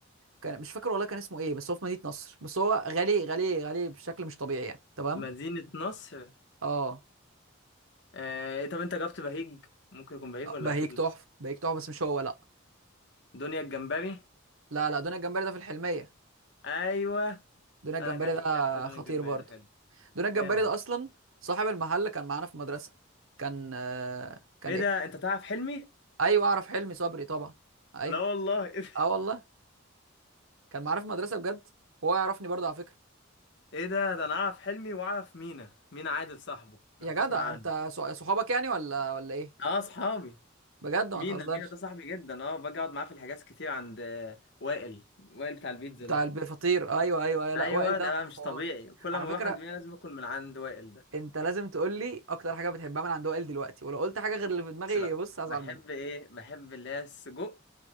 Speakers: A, on the right; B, on the left.
A: كان مش فاكر والله كان اسمه ايه بس هو في مدينه نصر بس هو غالي غالي غالي بشكل مش طبيعي يعني تمام
B: مدينه نصر
A: اه
B: آه إيه، طب انت جبت بهيج ممكن يكون بهيج ولا
A: بهيك
B: اكيد
A: تحفه
B: لا.
A: بهيك تحفه بس مش هو لا
B: دنيا الجمبري
A: لا لا دون الجمبري ده في الحلميه
B: ايوه
A: دون الجمبري
B: انا اكلت
A: ده
B: فيها قبل كده دنيا
A: خطير
B: الجمبري
A: برضو
B: ده حلو
A: دون الجمبري
B: جامد
A: ده اصلا صاحب المحل كان معانا في المدرسه كان آه كان
B: ايه
A: ايه
B: ده انت تعرف حلمي
A: ايوه اعرف حلمي صبري طبعا ايوه
B: لا والله <laughs>
A: اه والله كان معانا في المدرسه بجد هو يعرفني برضه على فكره
B: ايه ده ده انا اعرف حلمي واعرف مينا مينا عادل صاحبه لو
A: يا
B: تسمع
A: جدع
B: عنه
A: انت ص- صحابك يعني ولا ولا ايه
B: اه صحابي
A: بجد ما
B: مينا
A: تهزرش
B: مينا ده صاحبي جدا اه باجي اقعد معاه في الحجاز كتير عند آه، وائل وائل بتاع البيتزا
A: بتاع
B: ده
A: الفطير ايوه ايوه ايوه لا
B: ايوه
A: وائل ده
B: ده بقى
A: حوار
B: مش طبيعي كل
A: على
B: ما بروح
A: فكره
B: عند مينا لازم اكل من عند وائل ده
A: انت لازم تقول لي اكتر حاجه بتحبها من عند وائل دلوقتي ولو قلت حاجه غير اللي في دماغي
B: بس بقى
A: بص هزعل
B: بحب
A: منك
B: ايه بحب اللي هي السجق